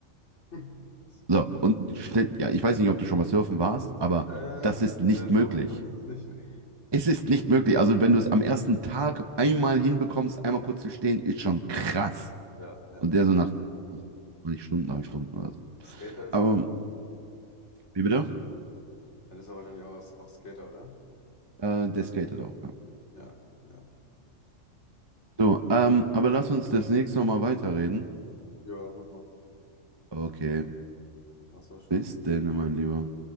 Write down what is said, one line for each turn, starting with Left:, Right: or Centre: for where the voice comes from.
Left: <laughs> Krass.
Right: So, und schnell, ja, ich weiß nicht, ob du schon mal surfen warst, aber
Left: Ja,
Right: das
Left: ja,
Right: ist nicht
Left: ja,
Right: möglich.
Left: so einfach ist es nicht, ne?
Right: Es ist nicht möglich. Also, wenn du es am ersten Tag einmal hinbekommst, einmal kurz zu stehen, ist schon krass.
Left: Ja. Ja,
Right: Und der so nach, weiß nicht Stunden, drei Stunden oder so.
Left: Skater ist
Right: Aber,
Left: er
Right: wie bitte?
Left: Dann ist er wahrscheinlich auch, auch Skater, oder?
Right: Äh, der skatet auch, ja.
Left: Ja, ja.
Right: So, ähm,
Left: Dann-
Right: aber lass uns das nächste Mal weiterreden.
Left: Ja, mach mal.
Right: Okay,
Left: Ach so, schon.
Right: bis denn, mein Lieber.